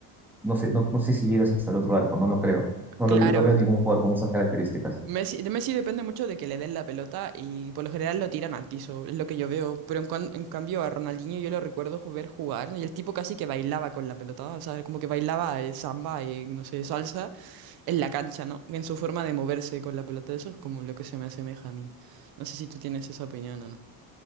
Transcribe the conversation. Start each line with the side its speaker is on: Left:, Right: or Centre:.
Centre: no sé, no, no sé si llegas hasta el otro arco, no lo creo. No,
Right: Claro,
Centre: lo, vi- no veo ningún jugador con esas características.
Right: Messi, de Messi depende mucho de que le den la pelota y por lo general lo tiran al piso, es lo que yo veo. Pero en, cuan- en cambio a Ronaldinho yo lo recuerdo ju- ver jugar y el tipo casi que bailaba con la pelota, o sea, como que bailaba eh, samba y no sé, salsa en la cancha, ¿no? En su forma de moverse con la pelota, eso es como lo que se me asemeja a mí. No sé si tú tienes esa opinión o no.